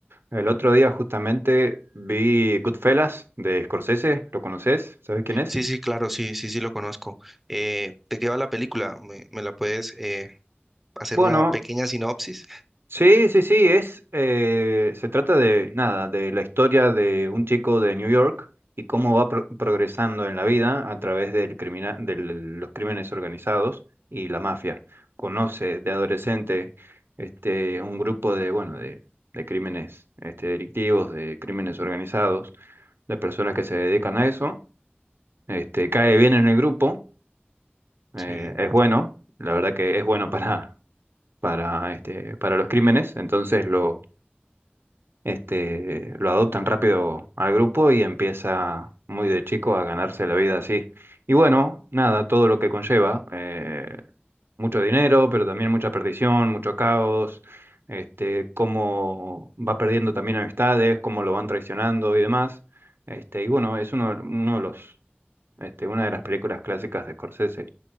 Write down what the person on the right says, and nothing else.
El otro día justamente vi Goodfellas de Scorsese, ¿lo conoces? ¿Sabes quién es?
Bueno,
Sí, sí, sí, es, eh, se trata de nada, de la historia de un chico de New York y cómo va pro- progresando en la vida a través del crimina- de los crímenes organizados y la mafia. Conoce de adolescente este, un grupo de, bueno, de, de crímenes este, delictivos, de crímenes organizados, de personas que se dedican a eso. Este, cae bien en el grupo, eh,
es bueno, la verdad que es bueno para, para, este, para los crímenes, entonces lo este, lo adoptan rápido al grupo y empieza muy de chico a ganarse la vida así. Y bueno, nada, todo lo que conlleva, eh, mucho dinero, pero también mucha perdición, mucho caos, este, cómo va perdiendo también amistades, cómo lo van traicionando y demás. Este, y bueno, es uno, de- uno de los, este, una de las películas clásicas de Scorsese.